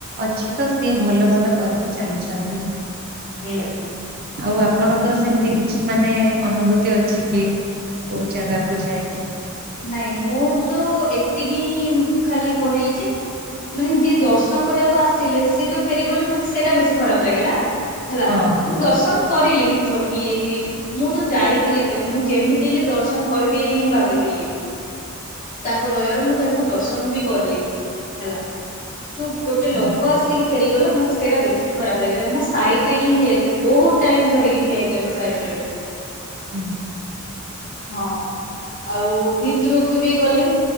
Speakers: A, on the right (about 45°); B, on the left (about 40°).
A: ଅଛି ତ ସିଏ ଭଲ ଭଲ କରିକି ଚାଲିଛନ୍ତି।
B: ହୁଁ।
A: ଆଉ ଆପଣଙ୍କର ସେମିତି କିଛି ମାନେ ଅନୁଭୂତି ଅଛି କି। କୋଉ ଜାଗାକୁ ଯାଇକି
B: ନାଇଁ ମୁଁ ତ ଏତିକି ଖାଲି କହିଲି ଯେ ମାନେ ଯିଏ ଦର୍ଶନ କରିବାକୁ ଆସିଥିଲେ ସେ ଯୋଉ ଫେରିଗଲେ ମତେ ସେଇଟା ବେଶୀ ଖରାପ ଲାଗିଲା ହେଲା।
A: ହଁ।
B: ମୁଁ ଦର୍ଶନ କରିଲି ମୁଁ ଜଗିଲି ବି ମୁଁ ତ ଯାଇଥିଲି ମୁଁ ଯେମିତି ହେଲେ ଦର୍ଶନ କରିବି ବୋଲି ହିଁ ଭାବିଥିଲି। ତାଙ୍କ ଦୟାରୁ ମୁଁ ତାଙ୍କୁ ଦର୍ଶନ ବି କଲି ହେଲା, ଯୋଉ ଗୋଟେ ଲୋକ
A: ହୁଁ
B: ଆସିକି ଫେରିଗଲେ ମତେ ସେଇଟା ବେଶୀ ଖରାପ ଲାଗିଲା ମୋ ସାଇ ଟ୍ରେ ହିଁ ଠିଆଇଥିଲେ ବହୁତ ଟାଇମ ଧରିକି ଠିଆଇଥିଲେ ମୋ ସାଇଡ ରେ
A: ହୁଁ।
B: ହଁ, ଆଉ ଭିତରୁକୁ ବି ଗଲି